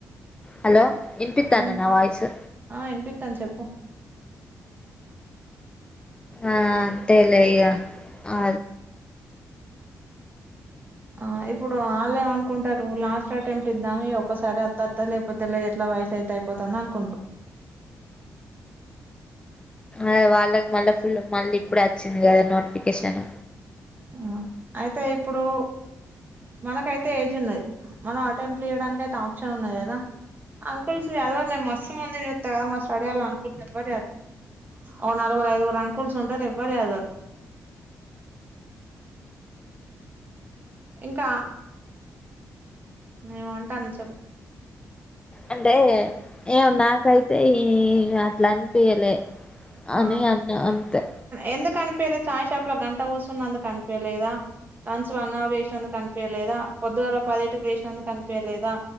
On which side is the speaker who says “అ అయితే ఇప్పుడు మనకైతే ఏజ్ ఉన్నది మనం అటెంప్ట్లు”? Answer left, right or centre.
Right